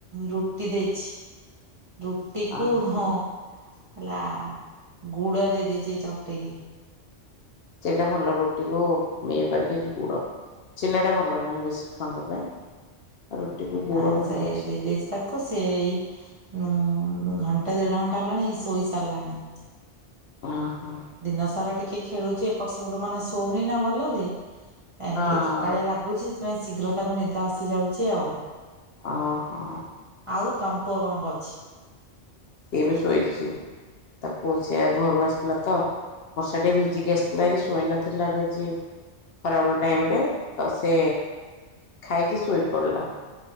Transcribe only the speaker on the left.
ଓହୋ
ସେଇଟା ଭଲ ରୁଟିକୁ ଇଏ କରିକି ଗୁଡ଼। ଚିିନିଟା ଭଲ ନୁହେଁ ବେଶୀ ଛୁଆଙ୍କ ପାଇଁ। ରୁଟିକୁ ଗୁଡ଼
ଭଲ
ଅଛି
ଓହୋ।
ହଁ
ହଁ
ଓହୋ
ଇଏ ବି ଶୋଇଛି। ତାକୁ ସେ ଘରୁ ଆସିଥିଲା ତ ବର୍ଷା ଟିକେ ଭିଜିକି ଆସିଥିଲା ଭାରି ଶୋଇନଥି ଥିଲା ବିଜି ଖରାବେଳ ଟାଇମ୍ ରେ ତ ସେ ଖାଇକି ଶୋଇ ପଡ଼ିଲା